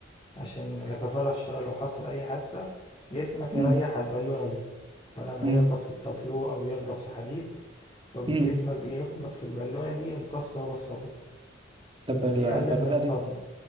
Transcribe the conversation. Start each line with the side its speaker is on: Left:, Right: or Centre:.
Left: عشان لا كفارة الشر لو حصل أي حادثة جسمك
Right: مم.
Left: يريح على البالونة دي بدل ما
Right: مم.
Left: يخبط في التابلو أو يخبط في حديد فجسمك
Right: امم
Left: بيخبط في البالونة دي يمتص هو الصدمة
Right: طب
Left: فبيقلل
Right: ال- البالونه
Left: من الصدمة
Right: دي